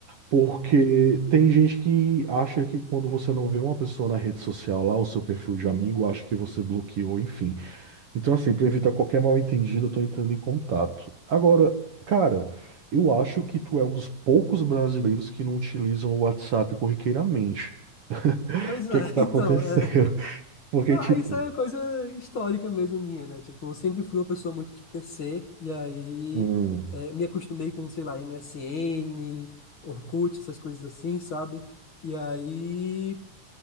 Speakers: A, on the right (about 55°); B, on the left (about 40°).
A: Porque tem gente que acha que quando você não vê uma pessoa na rede social lá, o seu perfil de amigo, acha que você bloqueou, enfim. Então, assim, para evitar qualquer mal-entendido, eu tô entrando em contato. Agora, cara, eu acho que tu é um dos poucos brasileiros que não utilizam o WhatsApp corriqueiramente. <laughs>
B: Pois
A: O que
B: é,
A: é que tá
B: <laughs> então,
A: acontecendo?
B: é,
A: Porque,
B: Não,
A: tipo,
B: isso é uma coisa histórica mesmo minha, né? Tipo, eu sempre fui uma pessoa muito de PC, e aí
A: hum,
B: eh, me acostumei com, sei lá, MSN, Orkut, essas coisas assim, sabe? E aí